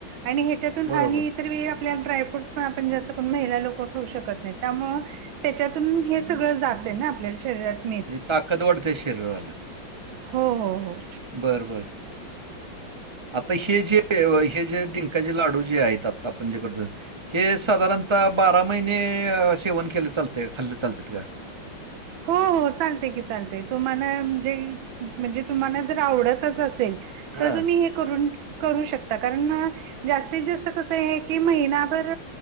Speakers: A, on the right; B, on the right.
A: आणि ह्यांच्यातूंन
B: बरोबर
A: आणि इतर वेळं त्यांत डायफ्रूट पणं आपणं जास्तं महिला लोकं खाऊं शकतं नाहीं त्यामुळें त्यांच्यातून हे सगळं जांते नां आपल्यां शरीरांत
B: म्हणजे ताकदं वाढते शरीरांला
A: हो हो हो
B: बरं बरं आंता हे जे हे जे डिंक डिंकांचे लांडू जे आहेतं. आंता आपणं जे करतो ते हे साधारणतः बारा महिने सेवन केलं चालतं खाल्लं चालतं कां
A: हो हो चालते की चालते तुम्हांला म्हणजे म्हणजे तुम्हांला जरं आवडतंच असेल ते तरं
B: हा
A: तुम्हीं हे करूंन करूं शकतात कारणं जास्तीत जास्तं कसं की महिनांभर